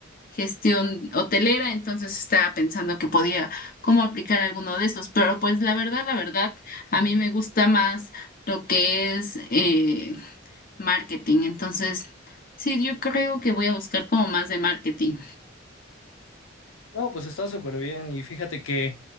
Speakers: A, on the left; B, on the left.
A: gestión hotelera. Entonces estaba pensando que podía cómo aplicar alguno de estos. Pero pues la verdad, la verdad, a mí me gusta más lo que es eh, marketing. Entonces, sí, yo creo que voy a buscar como más de marketing.
B: No, pues está súper bien y fíjate que